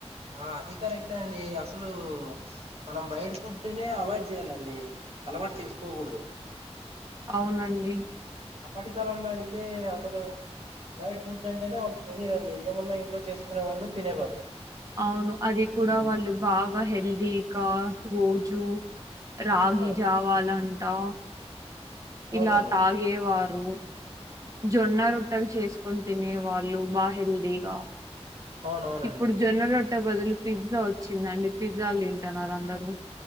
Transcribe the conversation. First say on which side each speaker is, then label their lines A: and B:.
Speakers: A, on the right; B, on the right.
A: ఆ అది కరెక్టే అండి అసలు మనం బయట ఫుడ్ నే అవాయిడ్ చేయ్యాలండి అలవాటు చేసుకోగూడదు
B: అవునండి
A: అప్పటి కాలంలో అయితే అసలు బయట ఫుడ్ అంటేనే వాళ్ళకు తెలియదండి ఏమున్నా ఇంట్లో చేసుకునే వాళ్ళు తినేవాళ్ళు
B: అవును అది కూడా
A: ఈ
B: వాళ్ళు బాగా హెల్దీగా రోజు రాగి
A: అవును
B: జావాలంటా
A: అవునండి
B: ఇలా తాగేవారు రూ జొన్న రొట్టెలు చేసుకొని తినే వాళ్ళు బా హెల్దీగా
A: అవునవునండి
B: ఇప్పుడు జొన్న రొట్టె బదులు పిజ్జా వచ్చిందండి పిజ్జాల్ తింటన్నారు అందరూ